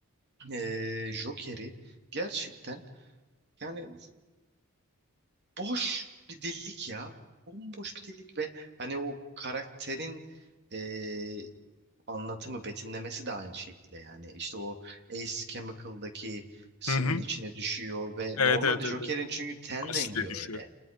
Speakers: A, on the right; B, on the left.
A: eee, Joker'i gerçekten yani boş bir delilik ya bomboş bir delilik ve hani o karakterin eee, anlatımı betimlemesi de aynı şekilde yani işte o Ace Chemical'daki sıvının
B: Hı hı.
A: içine düşüyor ve
B: Evet,
A: normalde
B: evet,
A: Joker'in
B: evet. evet.
A: çünkü ten
B: Asile
A: rengi
B: düşüyor.
A: öyle.